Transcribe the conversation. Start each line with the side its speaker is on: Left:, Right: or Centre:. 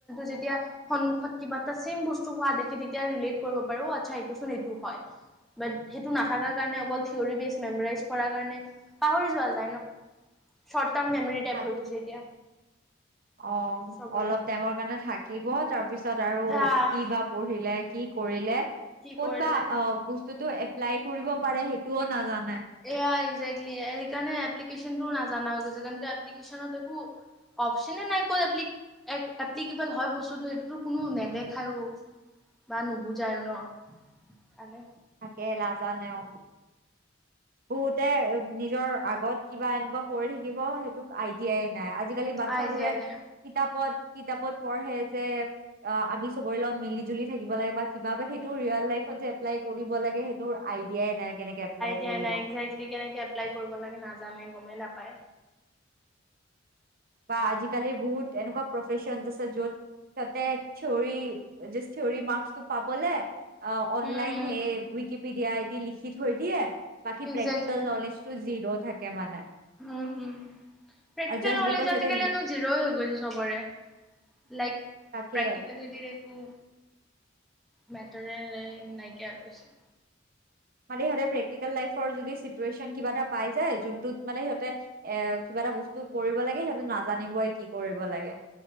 Centre: যেতিয়া মানুহৰ সন্মুখত কিবা। ত ছেম বস্তু হোৱা দেখে তেতিয়া ৰিলেট কৰিব পাৰো ।অ আচ্ছা এইটো চোন এইটো হয়। বাত সেইটো নাথাক কাৰণে অকল থিয়ৰ বেচ মেমইজ কৰ কাৰণে পাহৰি যোৱা যায় ন টাৰ্ম মেমৰি টাইপ
Right: থাক
Centre: হৈ গৈছে এতিয়া
Right: অ,
Centre: চবৰে
Right: অলপ টেঙৰ কাৰণে থাক থাকিব, তাৰ পিছত আৰু
Centre: আহ
Right: কি বা পঢ়িলে কি কৰিলে?
Centre: কি
Right: ক'ত
Centre: কৰিলে
Right: বা অ বস্তুতটো লাই কৰিব পাৰে সেইটোও নাজান
Centre: এয়া একজেক্টলি সেইকাৰণে। এপ্লিকেশনটো নাজানা হৈ গৈছে। কাৰণ এপ্লিকেশ্যনত দেখো অপচনে নাই কৈ এপ্লিকেবল হয়। বস্তুটো সেইটোতো কোনো নেদেখায়ো বা নুবুজায়ো ন কাণে
Right: থাকে নাযানে অ। হুতে নিজৰ আগত কিবা এনেকুৱা কৰি থাকিব সেইটোক আইডিয়াই নাই। আজিকালি বাটচাবোৰে
Centre: আইডিয়াই নাই
Right: কিতাপত কিতাপত পঢ়ে যে অ আমি চবৰে লগত মিলি জুলি থাকিব লাগে বা কিবা সেইটো ৰিয়েল লাইফত যে এপ্লাই কৰিব লাগে সেইটো আইডিয়াই নাই। কেনেকে এপ্লাই
Centre: এতিয়া
Right: কৰিব
Centre: নাই একজেক্টলি কেনেকে এপ্লাই কৰিব লাগে নাজানে গমেই নাপায়
Right: বা আজিকালি বহুত এনেকুৱা প্ৰফেচন য'ত ততে থিঅৰি থিঅৰি মাৰ্কটো পাবলে অ অ অননলাইন
Centre: উম উম
Right: হে বিকিপিড দিয়া দি লিখি থৈ দিয়ে বাকী
Centre: একজেক্টলি
Right: প্ৰেক্টিকেল নলেজটো জিৰ থাকে মানে
Centre: উম উম প্ৰেক্টিকেল
Right: আৰু জাষ্ট
Centre: নলেজ
Right: বিকজ
Centre: আজিকালি
Right: সিহঁতে
Centre: ইনেও জিৰো হয়গৈছে সবৰে লাইফ
Right: থাকে
Centre: প্ৰেক্টিকেল দিৰে অহ নাইকিয়া হৈ গৈছে
Right: মানে সিহতে প্ৰেক্টিকেল লাইফৰ‌ যদি কিবা এটা পাই যায় যোনটোত মানে সিহঁতে এ কিবা এটা বস্তু কৰিব লাগে সিহতে নাজানিবই কি কৰিব লাগে